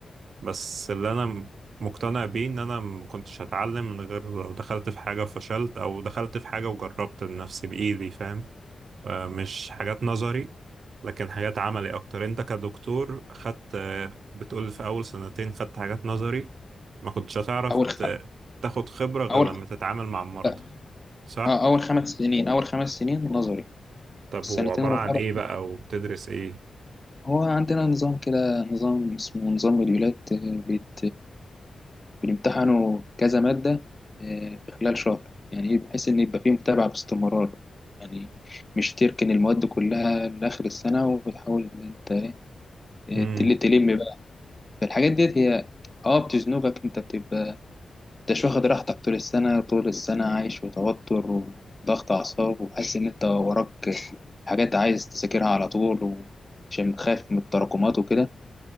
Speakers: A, on the right (about 75°); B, on the left (about 20°).
A: بس اللي انا م- مقتنع بيه ان انا ما كنتش هتعلم من غير لو دخلت في حاجة وفشلت او دخلت في حاجة وجربت بنفسي بإيدي فاهم آه، مش حاجات نظري لكن حاجات عملي اكتر انت كدكتور خدت آه، بتقول في اول سنتين خدت حاجات نظري ما كنتش هتعرف
B: أول خ...
A: ت- تاخد خبرة غير
B: أول
A: لما
B: خ...
A: تتعامل مع المرضى
B: لا
A: صح
B: آه، أول خمس سنين أول خمس سنين نظري
A: طب
B: السنتين
A: وعبارة
B: الأخرى
A: عن ايه بقى وبتدرس ايه
B: هو عندنا نظام كده نظام اسمه نظام مديولات بيت بيمتحنوا كذا مادة آه، في خلال شهر يعني إيه؟ بحيث إن يبقى فيه متابعة باستمرار يعني مش تركن المواد كلها لآخر السنة وتحاول إن أنت آه،
A: امم
B: تل- تلم بقى فالحاجات ديت هي اه بتزنقك انت بتبقى انتش واخد راحتك طول السنة طول السنة عايش في توتر وضغط أعصاب وحاسس إن أنت وراك حاجات عايز تذاكرها على طول عشان خايف من التراكمات وكده